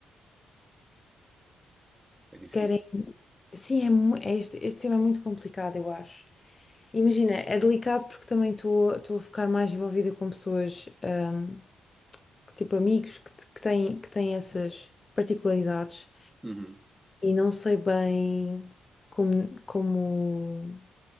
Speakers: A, on the right; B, on the left.
A: É difícil.
B: querem. Sim, é, mu- é este, este tema é muito complicado, eu acho. Imagina, é delicado porque também estou estou a ficar mais envolvida com pessoas. hum, que, tipo amigos que, te- que têm, que têm essas particularidades
A: Uhum.
B: e não sei bem como, como,